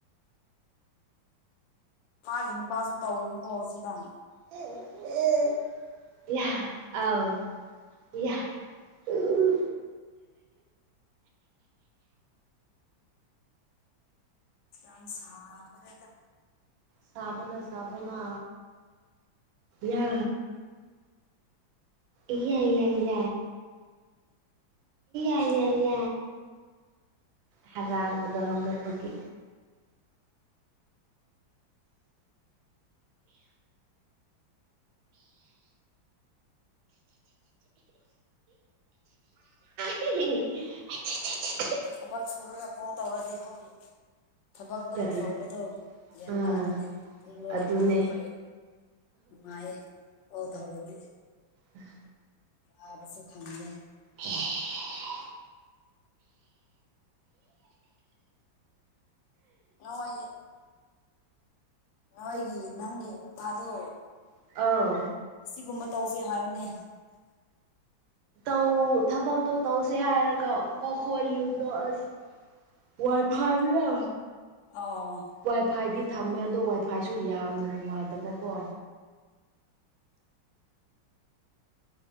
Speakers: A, on the left (about 75°); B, on the right (about 80°).
A: ꯃꯥꯒꯤ ꯅꯨꯄꯥꯁꯨ ꯇꯧꯋꯤꯅꯤꯀꯣ ꯍꯧꯖꯤꯛꯀꯥꯟ
B: ꯍ ꯑꯦ ꯌꯥ ꯑꯥꯎ ꯌꯥ ꯎꯝ
A: ꯝ ꯁꯥꯕ ꯔꯗ
B: ꯁꯥꯕꯅ ꯁꯥꯕꯅ ꯌꯥ ꯏ ꯏ ꯏ ꯑꯩ ꯑꯏ ꯌꯥꯏ ꯍꯔꯥꯎꯒꯗ ꯍꯒꯠꯄꯒꯤ <inaudible>
A: ꯊꯕꯛ ꯁꯨꯔꯒꯀꯣ ꯇꯧꯔꯗꯤꯀꯣ ꯊꯕꯛꯇꯣ
B: ꯀꯔꯤ
A: ꯇꯧꯕꯗꯣ ꯒ꯭ꯌꯥꯟ
B: ꯑꯥ
A: ꯇꯥꯗꯤꯅꯦ ꯂꯣꯏ
B: ꯑꯗꯨꯅꯦ
A: ꯑꯗꯨꯒꯨꯝꯕꯅꯦ ꯃꯥꯥꯏ ꯍꯣ ꯇ ꯍꯗꯤ
B: ꯎꯝ
A: ꯋꯥꯕꯁꯨ ꯈꯪꯗꯦ
B: ꯍ
A: ꯅꯣꯏ ꯅꯣꯏꯒꯤ ꯅꯪꯒꯤ ꯅꯨꯄꯥꯗꯣ
B: ꯑꯧ
A: ꯁꯤꯒꯨꯝꯕ ꯇꯧꯁꯦ ꯍꯥꯏꯌꯣꯅꯦ
B: ꯧ ꯊꯕꯛꯇꯣ ꯇꯧꯁꯦ ꯍꯥꯏꯔꯒ ꯃꯈꯣꯏ ꯌꯨꯝꯗꯣ ꯑꯁ ꯋꯥꯏ ꯐꯥꯏꯗ
A: ꯑꯧ
B: ꯋꯥꯏ ꯐꯥꯏꯗꯤ ꯊꯝꯃꯦ ꯑꯗꯣ ꯋꯥꯏ ꯐꯥꯏꯁꯨ ꯌꯥꯝꯅ ꯅꯨꯡꯉꯥꯏꯇꯕꯀꯣ